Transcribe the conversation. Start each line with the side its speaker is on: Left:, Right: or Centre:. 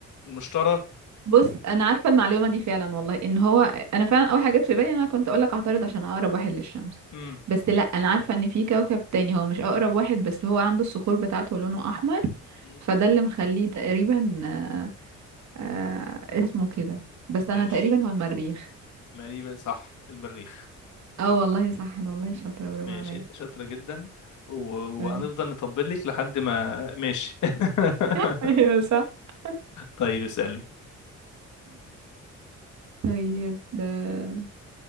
Left: المشتري
Right: بص انا عارفه المعلومه دي فعلا والله ان هو انا فعلا اول حاجه جت في بالي إن انا كنت اقول لك اعترض عشان اقرب واحد للشمس
Left: امم
Right: بس لا انا عارفه ان في كوكب تاني هو مش اقرب واحد بس هو عنده الصخور بتاعته لونه احمر
Left: مم.
Right: فده اللي مخليه تقريبا آه آه اسمه كده بس انا
Left: ماشي
Right: تقريبا هو المريخ
Left: مريبة صح المريخ
Right: اه والله صح أنا والله شاطره برافو
Left: ماشي
Right: عليا
Left: انت شاطرة جدا و... وهنفضل
Right: طيب.
Left: نطبل لك لحد ما ماشي <laughs>
Right: <laughs> ايوه صح <clears throat>
Left: طيب اسألي
Right: طيب آه،